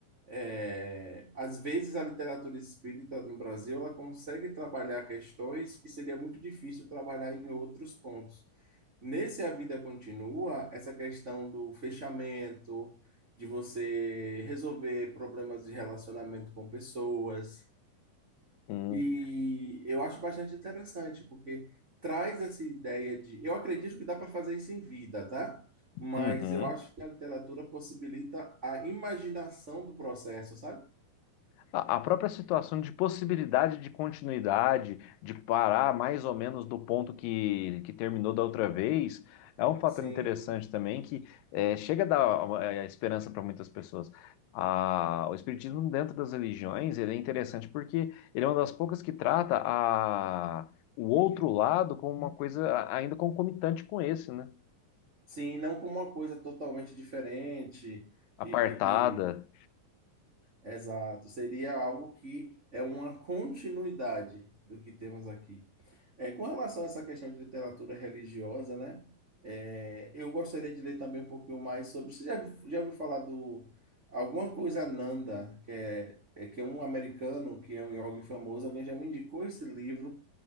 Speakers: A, on the right (about 80°); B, on the left (about 80°).
A: é, às vezes, a literatura espírita no Brasil, ela consegue trabalhar questões que seria muito difícil trabalhar em outros pontos. Nesse A Vida Continua, essa questão do fechamento, de você resolver problemas de relacionamento com pessoas.
B: Uhum.
A: E eu acho bastante interessante, porque traz essa ideia de. Eu acredito que dá para fazer isso em vida, tá? Mas
B: Uhum.
A: eu acho que a literatura possibilita a imaginação do processo, sabe?
B: A a própria situação de possibilidade de continuidade, de parar mais ou menos do ponto que, que terminou da outra vez, é um fator
A: Sim,
B: interessante também que eh, chega a dar uma, eh, esperança para muitas pessoas. Ah, o Espiritismo dentro das religiões, ele é interessante porque ele é uma das poucas que trata a, o outro lado como uma coisa ainda concomitante com esse, né?
A: sim, não como uma coisa totalmente diferente.
B: Apartada,
A: E, e, Exato, seria algo que é uma continuidade do que temos aqui. É, com relação a essa questão de literatura religiosa, né? é, eu gostaria de ler também um pouquinho mais sobre. Você já, já ouviu falar do alguma coisa Nanda, que é, é que é um americano que é um yogi famoso, alguém já me indicou esse livro